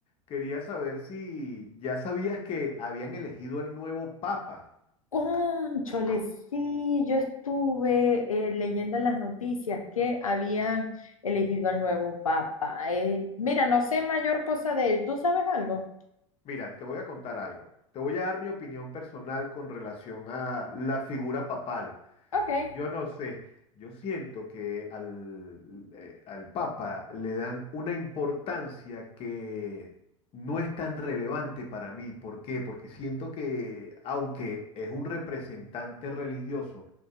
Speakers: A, on the left (about 35°); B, on the left (about 85°).
A: quería saber si ya sabías que habían elegido el nuevo papa.
B: Cónchole, sí, yo estuve eh, leyendo en las noticias que habían elegido al nuevo papa. Eh, mira, no sé mayor cosa de él. ¿Tú sabes algo?
A: Mira, te voy a contar algo. Te voy a dar mi opinión personal con relación a la figura papal.
B: Ok.
A: Yo no sé, yo siento que al, eh, al Papa le dan una importancia que no es tan relevante para mí. ¿Por qué? Porque siento que, aunque es un representante religioso,